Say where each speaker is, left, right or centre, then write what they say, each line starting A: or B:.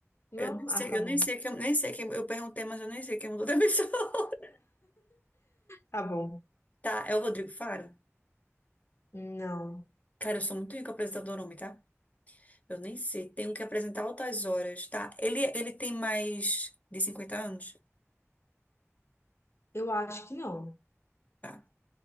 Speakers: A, on the left (about 60°); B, on the left (about 30°).
A: Não?
B: Eu nem sei,
A: Ah, tá
B: eu
A: bom.
B: nem sei quem, nem sei quem, eu perguntei, mas eu nem sei quem mudou da emissora. <laughs>
A: Tá bom.
B: Tá, é o Rodrigo Faro?
A: Não.
B: Cara, eu sou muito rico apresentador homem, tá? Eu nem sei. Tenho que apresentar altas horas, tá? Ele, ele tem mais de cinquenta anos?
A: Eu acho que não.
B: Tá.